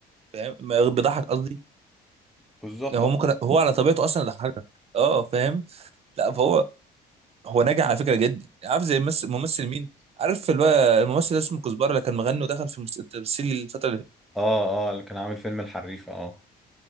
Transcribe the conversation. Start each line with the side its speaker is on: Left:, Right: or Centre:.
Right: فاهم؟ ما- بيضحك قصدي
Centre: بالظبط
Right: يعني
Centre: اه
Right: هو ممكن هو على طبيعته اصلا يضحكك اه فاهم لا فهو هو ناجح على فكره جدا عارف زي ممثل ممثل مين عارف اللي هو الممثل اللي اسمه كزبره اللي كان مغني ودخل في المس- التمثيل الفتره اللي فاتت
Centre: اه اللي كان عامل فيلم الحريفه اه